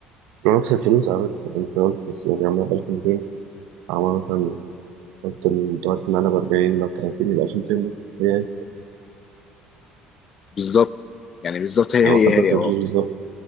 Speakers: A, on the right; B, on the left.
A: نفس الفلوس عملت انت قلت يعني عملنا ب 1200 عملنا مثلا قلت ال- دلوقتي معانا ب 40 لو 30 يبقى 1200 ده هي
B: بالظبط يعني بالظبط هي
A: يعني
B: هي
A: هو خد
B: هي
A: نفس الفلوس بالظبط